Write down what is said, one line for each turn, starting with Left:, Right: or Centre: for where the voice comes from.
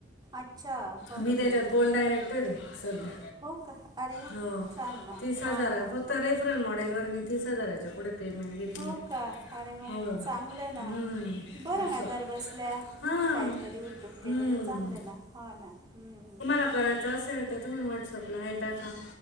Right: अच्छा बरं
Left: मी त्याच्यात
Right: बरं
Left: गोल्ड डायरेक्टर आहे. सध्या.
Right: हो का? अरे वा!
Left: हो
Right: छान ना
Left: तीस
Right: हां
Left: हजार
Right: हां हां.
Left: <unintelligible> मॉडेलवर मी तीस हजाराच्या पुढे पेमेंट घेतले
Right: हो का? अरे वा!
Left: हो
Right: चांगलं ना
Left: हम्म,
Right: बरं
Left: असं
Right: ना घर बसल्या.
Left: हां
Right: काहीतरी उद्योग केलेलं
Left: हम्म,
Right: चांगलं ना हो ना. हम्म हम्म.
Left: <unintelligible> करायचं असेल तर तुम्ही व्हॉट्सअपला हाय टाका.